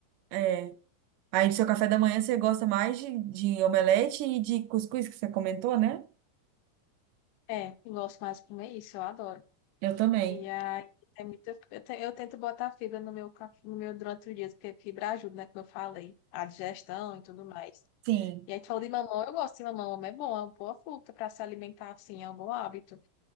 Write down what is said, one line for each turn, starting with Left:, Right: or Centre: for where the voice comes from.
Right: É. Aí, do seu café da manhã, você gosta mais de, de omelete e de cuscuz, que você comentou, né?
Left: É, eu gosto mais de comer isso, eu adoro.
Right: Eu também.
Left: E aí é muito, eu, te- eu tento botar fibra no meu, caf- no meu durante o dia, porque fibra ajuda, né? Como eu falei, a digestão e tudo mais.
Right: Sim.
Left: E aí tu falou de mamão, eu gosto de mamão, mamão é bom, é uma boa fruta para se alimentar assim, é um bom hábito.